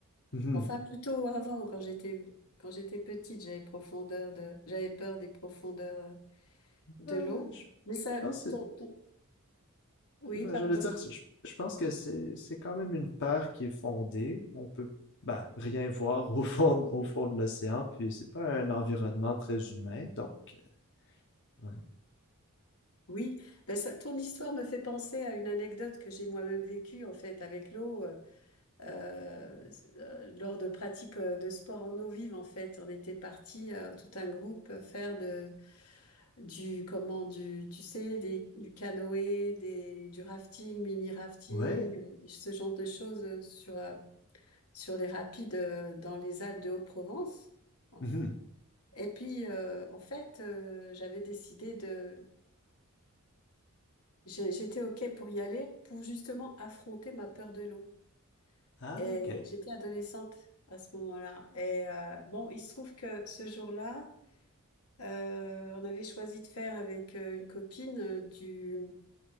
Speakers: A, on the left; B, on the left.
A: Mhm.
B: Enfin, plutôt avant, quand j'étais quand j'étais petite, j'avais profondeur de... j'avais peur des profondeurs de
A: Bah,
B: l'eau.
A: je,
B: Mais ça,
A: je pense que
B: ton, ton- Oui,
A: Ben,
B: pardon.
A: j'allais dire, je, je pense que c'est c'est quand même une peur qui est fondée. On peut ben, rien voir au fond, au fond de l'océan, puis c'est pas un environnement très humain, donc euh, ouais.
B: Oui, ben ça- ton histoire me fait penser à une anecdote que j'ai moi-même vécue en fait avec l'eau euh, euh, euh, lors de pratiques euh, de sport en eau vive en fait. On était parti tout un groupe faire de du comment du tu sais des, du canoë, des du rafting, mini rafting,
A: Ouais.
B: euh, des- ce genre de choses euh, sur euh, sur les rapides euh, dans les Alpes de Haute-Provence. En
A: Mhm.
B: f- Et puis euh, en fait euh, j'avais décidé de J'ai- J'étais OK pour y aller pour justement affronter ma peur de l'eau.
A: Ah,
B: Et
A: ok.
B: j'étais adolescente à ce moment-là. Et euh, bon, il se trouve que ce jour-là, euh, on avait choisi de faire avec euh, une copine euh, du,